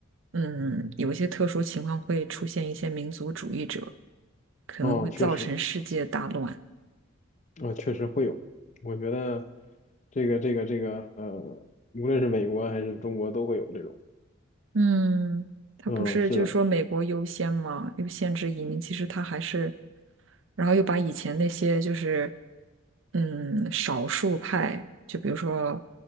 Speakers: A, on the right; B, on the left.
A: 嗯，有一些特殊情况会出现一些民族主义者，可能会造成世界大乱。
B: 哦，确实。啊，确实会有。我觉得这个这个这个呃，无论是美国还是中国都会有这种。
A: 嗯，他不是就是说美国优先嘛，
B: 嗯，是的。
A: 又限制移民，其实他还是，然后又把以前那些就是，嗯，少数派，就比如说，